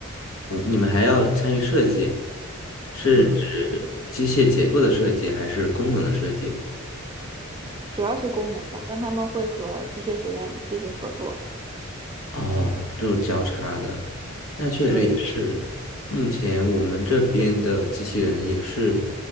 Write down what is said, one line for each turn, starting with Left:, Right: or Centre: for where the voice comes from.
Left: 嗯，你们还要参与设计，是指机械结构的设计还是功能的设计？
Right: 嗯，主要是功能吧，但他们会和机械学院进行合作。
Left: 哦，这种交叉的，那确实也是。
Right: 对，
Left: 目前我们这边的机器人也是